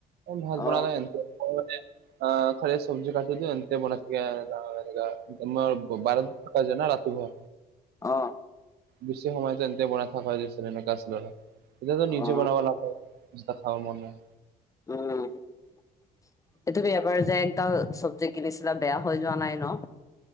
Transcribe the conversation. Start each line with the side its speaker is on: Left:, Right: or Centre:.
Right: ভাত
Left: অ
Right: বনালে <unintelligible> অ', খালি চব্জি কাটো সেন্টে বনাই থাকে এনেকুৱা তোমাৰ বাৰিন থাককা যায় ন ৰাতিপুৱা
Left: অ
Right: বেছি সময়তো এন্ততে বনাই থাক হৈ দিছিলে এতিয়া তো
Left: অ
Right: নিজে বনাব লাগা খাব মন নাই।
Left: উম এইটো বেয়া পাৰ যায় টাও চব্জি কিনিছিলা বেয়া হৈ যোৱা নাই ন।